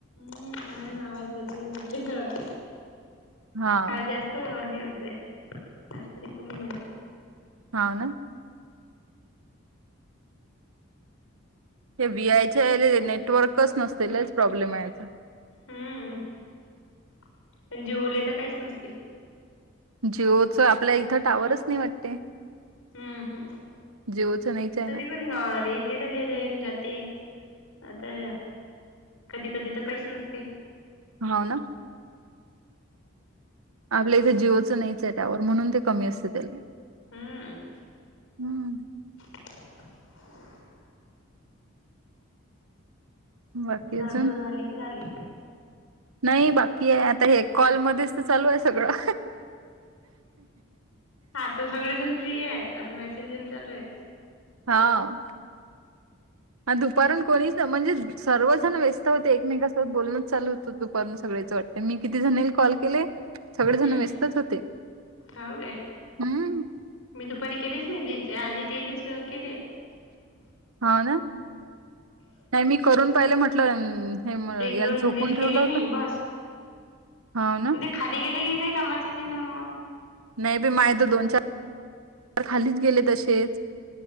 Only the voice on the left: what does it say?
हम्म म्हणून आवाज बदली बदली वाट
काय जाल हे होतय आज तरी कमी झाली
हम्म अनं जियो ला तर काहीच नसते
अहं ह
तरी
पण अ इथे त्याले रेंज जाते आता कधी कधी त काहीच नसते.
हम्म
<unintelligible>
झाडझुड
झाली की झाली.
आता सगळेजण फ्री येत आता मेसेज येन चालूय.
हम्म
हो काय
मी दुपारी केलीच नाही जे चे आली तेलेच केले
एक
दोन जणीला
केले मी
बस
ते खाली गेले की काय कामाची नी न म